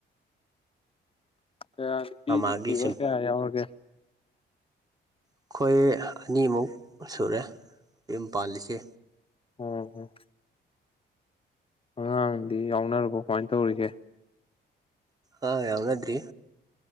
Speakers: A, on the left (about 30°); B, on the right (about 20°).
A: ꯀꯌꯥ ꯅꯨꯄꯤꯗꯤ
B: ꯃꯃꯥꯒꯤ
A: ꯊꯤꯕ
B: ꯁꯤꯟ
A: ꯀꯌꯥ ꯌꯥꯎꯔꯒꯦ
B: ꯑꯩꯈꯣꯏ ꯑꯅꯤꯃꯨꯛ ꯁꯨꯔꯦ ꯌꯨꯝ ꯄꯥꯜꯂꯤꯁꯦ
A: ꯑꯣ ꯍꯣ ꯑꯉꯥꯡꯗꯤ ꯌꯥꯎꯅꯔꯕꯣ ꯀꯃꯥꯏꯅ ꯇꯧꯔꯤꯒꯦ
B: ꯑꯉꯥꯡ ꯌꯥꯎꯅꯗꯔꯤ